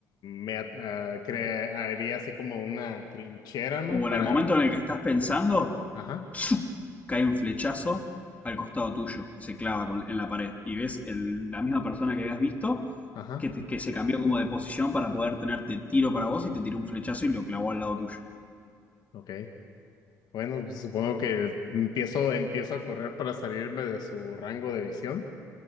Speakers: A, on the left (about 70°); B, on the left (about 20°).
A: me at- ah, cre- haría así como una trinchera, ¿no?
B: o
A: Para,
B: en el momento en el que estás pensando,
A: ajá,
B: <laughs> cae un flechazo al costado tuyo, que se clava con- en la pared. Y ves el- la misma persona que habías visto,
A: ajá,
B: que, te- que se cambió como de posición para poder tenerte tiro para vos y te tiró un flechazo y lo clavó al lado tuyo.
A: okay. Bueno, pues supongo que empiezo, empiezo a correr para salirme de su rango de visión.